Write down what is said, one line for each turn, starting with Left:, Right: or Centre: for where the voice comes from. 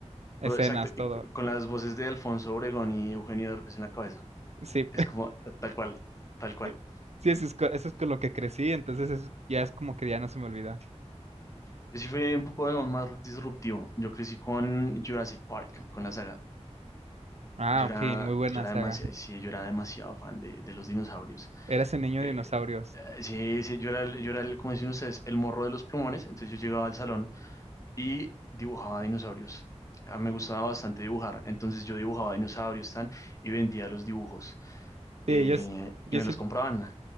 Right: escenas,
Left: pero exacto,
Right: todo.
Left: y c- con las voces de Alfonso Obregón y Eugenio Derbez en la cabeza.
Right: Sí,
Left: Es como eh, tal cual, tal cual.
Right: <laughs> sí, eso es, co- eso es con lo que crecí, entonces es- ya es como que ya no se me olvida.
Left: Yo sí fui un poco digamos, más disruptivo. Yo crecí con Jurassic Park, con la saga.
Right: Ah,
Left: Yo
Right: ok,
Left: era,
Right: muy buena
Left: yo era
Right: saga.
Left: demasiado, sí, yo era demasiado fan de, de los dinosaurios.
Right: Eras el niño
Left: Eh,
Right: de dinosaurios.
Left: eh, sí, sí, yo era, el- yo era el, como dicen ustedes, el morro de los plumones. Entonces yo llegaba al salón y dibujaba dinosaurios. Ah, me gustaba bastante dibujar. Entonces yo dibujaba dinosaurios tan, y vendía los dibujos.
Right: Sí,
Left: Eh,
Right: yo, s- yo
Left: y me
Right: siento,
Left: los compraban.